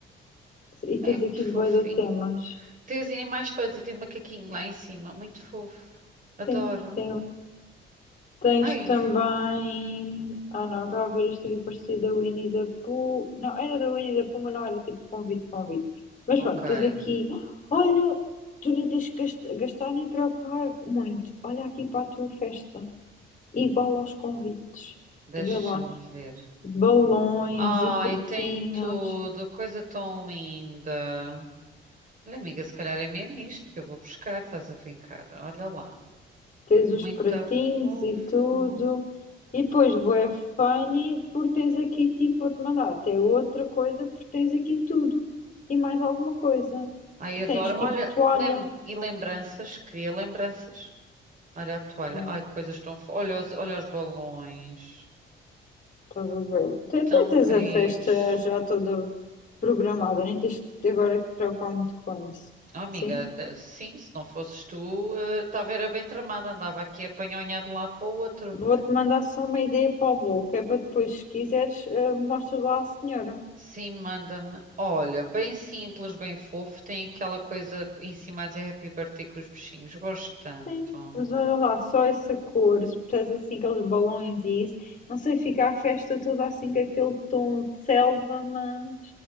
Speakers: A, on the left (about 40°); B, on the right (about 40°).
A: e
B: É
A: tens
B: muito
A: aqui
B: fofinho.
A: de bué de temas.
B: Tem os animais todos e tem um macaquinho lá em cima. Muito fofo. Adoro.
A: Sim, tem. Tens
B: Ai,
A: também. Ah, não, estava a ver isto aqui parecido da Winnie the Pooh. Não, era da Winnie the Pooh, mas não era tipo convite, convite. Mas
B: ok.
A: pronto, tens aqui. Olha, tu nem tens que gast- gastar nem preocupar muito. Olha aqui para a tua festa. Igual aos convites.
B: Deixa-me
A: Vê lá.
B: ver.
A: Balões
B: Ai,
A: e pratinhas.
B: tem tudo. Coisa tão linda. Olha, amiga, se calhar é mesmo isto que eu vou buscar. Estás a brincar. Olha lá.
A: tens
B: Muito
A: os pratinhos
B: fofo.
A: e tudo. E depois, bué funny, porque tens aqui, tipo, vou-te mandar até outra coisa, porque tens aqui tudo e mais alguma coisa.
B: Ai, adoro.
A: Tens, tipo,
B: Olha,
A: toalha,
B: lem e lembranças. Cria lembranças. Olha a toalha.
A: yeah,
B: Ai, coisas tão fofas. Olha os, olha os balões.
A: estás a ver. Te- Até
B: Tão
A: tens
B: queridos.
A: a festa já toda programada, nem tens de agora que te preocupar muito com isso.
B: Oh, amiga,
A: Sim?
B: de- sim, se não fosses tu, eh, estava era bem tramada, andava aqui a apanhonhar de um lado para o outro.
A: Vou-te mandar só uma ideia para o bolo, que é para depois, se quiseres, eh, mostras lá à senhora.
B: Sim, manda-me. Olha, bem simples, bem fofo, tem aquela coisa em cima a dizer Happy Birthday com os bichinhos, gosto tanto.
A: Sim, mas olha lá, só essa cor, se puseres assim aqueles balões e isso, não sei, fica a festa toda assim com aquele tom de selva, mas